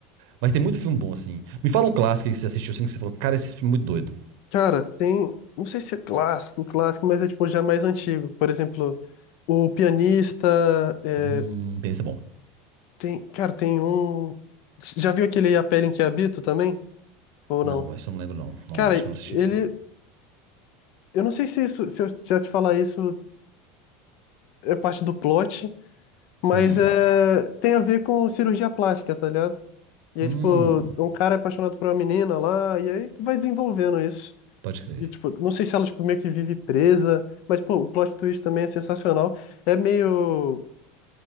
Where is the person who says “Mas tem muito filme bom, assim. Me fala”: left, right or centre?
Right